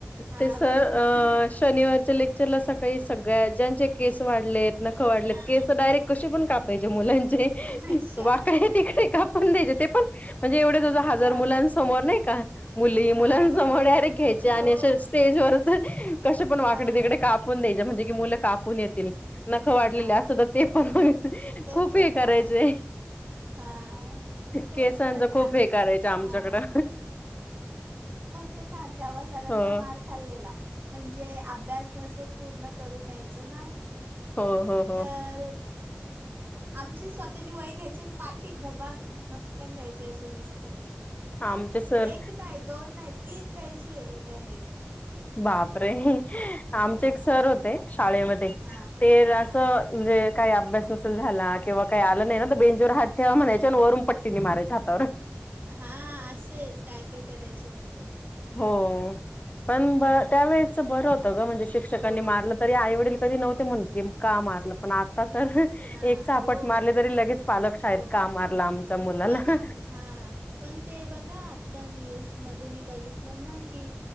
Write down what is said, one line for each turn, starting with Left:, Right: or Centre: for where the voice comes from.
Right: हां
Left: ते सर
Right: बरोबर
Left: अ शनिवारच्या लेक्चरला सकाळी सगळ्या ज्यांचे केस वाढलेत, नखं वाढलेत,
Right: हां
Left: केस डायरेक्ट कसे पण कापायचे मुलांचे.
Right: आयशा
Left: वाकडे, तिकडे कापून द्यायचे ते पण म्हणजे एवढे जवळ, जवळ हजार
Right: हां
Left: मुलां समोर नाही का मुली, मुलां
Right: हां हां
Left: समोररे घ्यायचे
Right: मुलं
Left: आणि
Right: हो
Left: अे स्टेजवरच कसे पण वाकडी,
Right: हां
Left: तिकडे कापून द्यायच्या म्हणजे की मुलं कापून येतील नखं वाढले अस
Right: हां
Left: ते पण
Right: ते
Left: खूप
Right: पण
Left: हे करायचे.
Right: ना हां तेच
Left: केसांचं
Right: तर
Left: खूप
Right: आत
Left: हेे कायचं आमच्याकडं.
Right: हां त्याला तेव्हा सरांचा
Left: हो
Right: मार खाल्लेला. म्हणजे अभ्यास नसत पूर्ण करून यायचं ना.
Left: हो हो हो.
Right: तर आमची स्वतःची वई आणि पाठी धबाक, धक्कन द्यायचे. द्यायचे असे नसते मग
Left: आमचे सर
Right: एक नाही, दोन नाही, तीन द्यायचे डायरेक्ट.
Left: बापरे आमचे एक सर होते शाळे मध्ये
Right: हां
Left: ते असं
Right: हां
Left: म्हणजे काही अभ्यास नसेल झाला किंवा काही आलं नाही ना तर बेंजोवर हात ठेवा म्हणाय आणि वरून पट्टीने मारायच्या हातावर.
Right: हा असेच काय, काय करायचे म्हणजे.
Left: हो पण
Right: हां
Left: ब त्यावेळेच बरं होत ग म्हणजे शिक्षकांनी
Right: हो
Left: मारलं तरी आईवडील कधी नव्हते म्हणत की का मारलं पण आता तर एक
Right: हां
Left: चापट
Right: हो
Left: मारले तरी लगेच पालक शाळेत
Right: हो
Left: का मारला
Right: हो
Left: आमच्या मुलाला.
Right: पण हां पण ते बघा आता न्यूजमध्ये मी बघितलं ना की